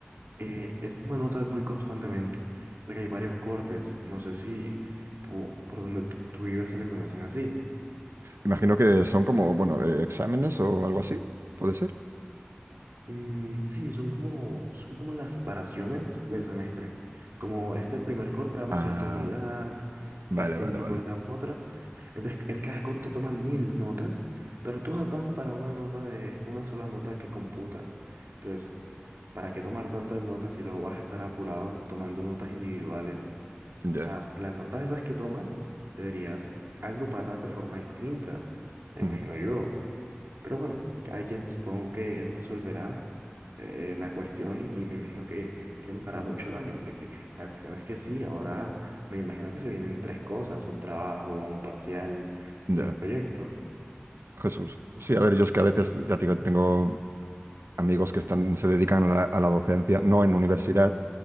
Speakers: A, on the right (about 65°); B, on the right (about 80°).
A: eh, él toma notas muy constantemente, porque hay varios cortes, no sé si tú- por donde tú tú vives se le conocen así.
B: Imagino que son como, bueno, eh, exámenes o algo así, puede ser.
A: Mm, sí, son como, son como las separaciones del semestre, como este primer corte damos
B: Ah,
A: cierta unidad,
B: vale,
A: este
B: vale,
A: otro
B: vale.
A: corte damos otra, entonces en cada corte toma mil notas, pero todas van para una nota de, una sola nota que computa. Entonces, ¿Para qué tomar tantas notas si luego vas a estar apurado tomando notas individuales?
B: Ya.
A: O sea, las notas esas que tomas deberías agruparlas de forma distinta, me
B: ujú,
A: imagino yo. Pero bueno, cada quien supongo que él resolverá eh, la cuestión y me imagino que, que no hará mucho daño, porque la cuestión es que sí, ahora me imagino que se vienen tres cosas, un trabajo, un parcial
B: Ya.
A: y un proyecto.
B: Jesús. Sí, a ver, yo es que a veces, ya te digo, tengo amigos que están, se dedican a la, a la docencia, no en universidad,